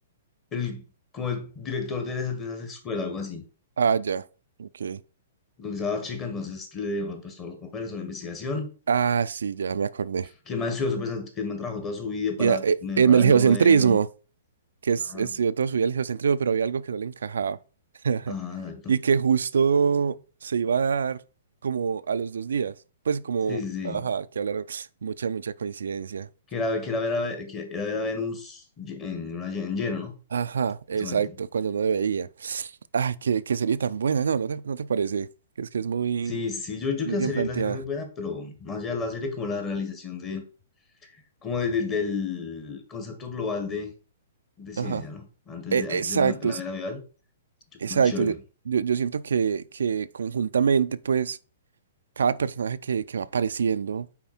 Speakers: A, on the left (about 20°); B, on the right (about 90°).
A: el, como el director de esa, de esa escuela, algo así,
B: Ah, ya. Ok.
A: donde estaba la chica, entonces le dejó pues todos los papeles, toda la investigación,
B: Ah, sí, ya me acordé.
A: que más estudió, pues, que más trabajó toda su vida para
B: Mira, eh,
A: mejorar
B: en el geocentrismo,
A: el modelo,
B: que es,
A: ajá,
B: estudió toda su vida el geocentrismo, pero había algo que no le encajaba. <laughs>
A: ajá, exacto,
B: Y que justo se iba a dar como a los dos días. Pues como,
A: sí, sí, sí,
B: ajá, que hablaron. <sniffs> Mucha, mucha coincidencia.
A: que era, que era ver a, que era ver a Venus lle- en, una, lle- en lleno, ¿no?
B: Ajá, exacto,
A: Justamente.
B: cuando no debería. Ay, qué, qué serie tan buena, no, no te, no te parece. Que es que es muy,
A: Sí, sí, yo, yo creo
B: muy
A: que
B: bien
A: la serie,
B: planteada.
A: la serie es muy buena, pero más allá de la serie, como la realización de como de- de- del concepto global de, de ciencia,
B: Ajá.
A: ¿no? Antes
B: E-
A: de,
B: exacto,
A: antes de la, la
B: es,
A: era medieval, yo
B: exacto.
A: creo chévere,
B: Yo, yo yo siento que, que conjuntamente, pues. cada personaje que, que va apareciendo